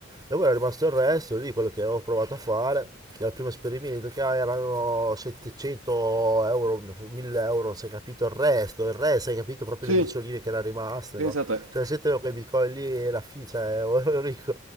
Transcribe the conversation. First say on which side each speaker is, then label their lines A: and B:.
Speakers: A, on the right; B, on the right.
A: E poi era rimasto il resto lì, quello che avevo provato a fare, dal primo esperimento, che erano 700 euro, 1000 euro, sai capito, il resto, il resto, hai capito, proprio
B: Sì,
A: le bricioline che erano rimaste,
B: pensa
A: no?
B: a te.
A: Cioè se tenevo quei bitcoin lì e la fi, cioè, <laughs> ero ricco,